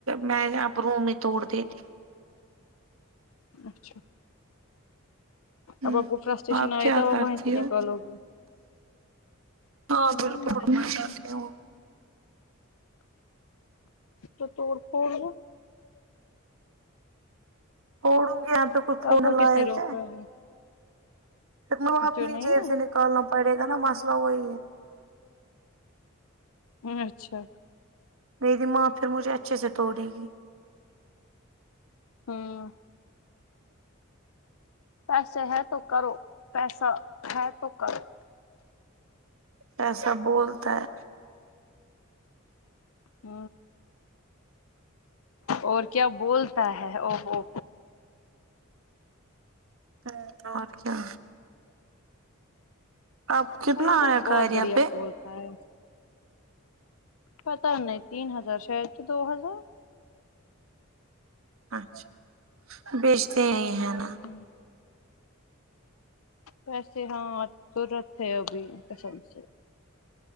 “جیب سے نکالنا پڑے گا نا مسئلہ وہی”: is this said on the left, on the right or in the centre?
Right